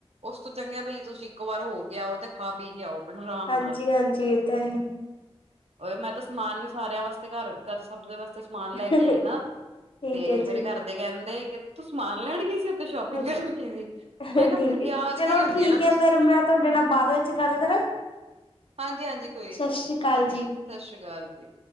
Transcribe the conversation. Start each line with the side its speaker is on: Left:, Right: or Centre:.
Right: ਉਸ ਤੋਂ ਚੰਗਾ ਬਈ ਤੁਸੀਂ ਇੱਕ ਵਾਰ ਹੋ ਕੇ ਆਓ 'ਤੇ ਖਾ ਪੀ ਕੇ ਆਉ ਆਰਾਮ
Left: ਹਾਂਜੀ
Right: ਨਾਲ
Left: ਹਾਂਜੀ ਇਹ ਤਾਂ ਹੈ
Right: <inaudible> ਉਹ ਮੈਂ ਤਾਂ ਸਮਾਨ ਵੀ ਸਾਰਿਆਂ ਵਾਸਤੇ ਘਰ-ਘਰ ਸਭ ਦੇ ਵਾਸਤੇ ਸਮਾਨ ਲੈ
Left: ਠੀਕ
Right: ਕੇ ਆਈ ਨਾ 'ਤੇ
Left: ਹੈ ਜੀ
Right: ਮੇਰੇ ਘਰ ਦੇ ਕਹਿੰਦੇ ਤੂੰ ਸਮਾਨ ਲੈਣ ਗਈ ਸੀ ਤੂੰ ਸ਼ੋਪਿੰਗ
Left: ਹਾਂਜੀ
Right: ਕਰਨ ਗਈ ਸੀ,
Left: ਠੀਕ
Right: ਮੈਂ ਕਿਹਾ ਫਿਰ
Left: ਹੈ
Right: ਯਾਦਗਿਰੀ
Left: ਚਲੋ
Right: ਹੁੰਦੀ
Left: ਠੀਕ
Right: ਆ ਨਾ
Left: ਹੈ
Right: ਤੁਸੀਂ
Left: ਫੇਰ ਮੈਂ ਤੁਹਾਡੇ ਨਾਲ ਬਾਅਦ ਵਿੱਚ ਗੱਲ ਕਰਾਂ।
Right: ਹਾਂਜੀ-ਹਾਂਜੀ ਕੋਈ
Left: ਸਤਿ
Right: ਗੱਲ
Left: ਸ੍ਰੀ
Right: ਨਹੀਂ
Left: ਅਕਾਲ
Right: ਠੀਕ ਹੈ ਜੀ, ਸਸ਼੍ਰੀ ਕਾਲ ਜੀ।